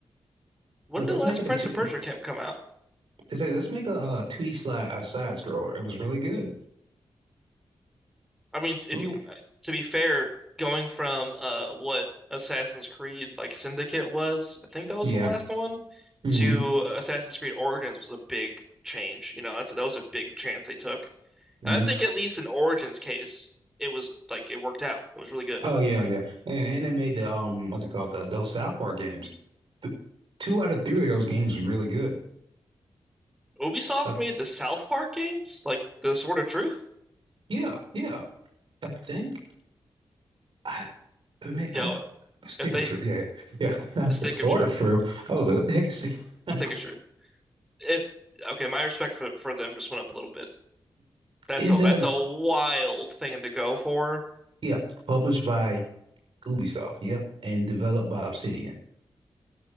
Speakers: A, in the centre; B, on the right.
A: when
B: like
A: did
B: let's
A: the last
B: make it
A: Prince
B: a two.
A: of Persia camp come out?
B: They say let's make a, uh 2D slide a side scroller. It was really good.
A: I mean, if
B: Oop.
A: you to be fair, going from uh what Assassin's Creed like Syndicate was, I think that was
B: Yeah.
A: the last one,
B: hmm
A: to Assassin's Creed Origins was a big change. You know, that's that was a big chance they took.
B: hmm
A: And I think at least in Origins case, it was like it worked out. It was really good.
B: Oh yeah, yeah. And and they made the um what's it called? Those those South Park games. Th- two out of three of those games were really good.
A: Ubisoft
B: I,
A: made the South Park games, like the Sword of Truth.
B: yeah, yeah. I think I I mean
A: Yo,
B: I stick
A: if they
B: of true. Yeah, yeah. <laughs> yeah. That's
A: the Stick
B: sort
A: of Truth,
B: of true. I was like, what the heck is that?
A: Stick of Truth. If okay, my respect for for them just went up a little bit.
B: <laughs>
A: That's
B: Is
A: a
B: that
A: that's
B: a
A: a wild thing to go for
B: yeah, published by Ubisoft, yep, and developed by Obsidian.